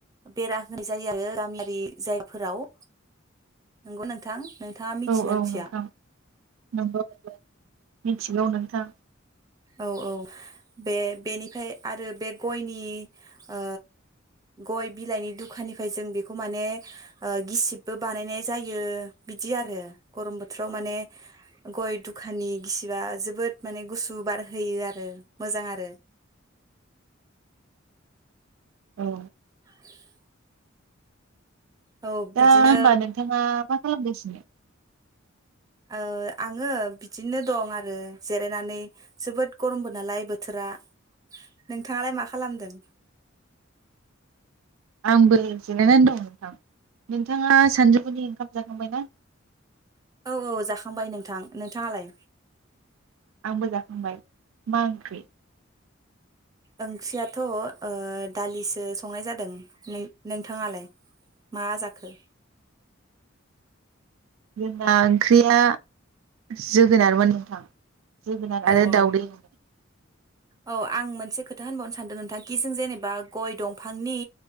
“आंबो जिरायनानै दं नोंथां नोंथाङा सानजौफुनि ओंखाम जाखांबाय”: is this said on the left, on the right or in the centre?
Right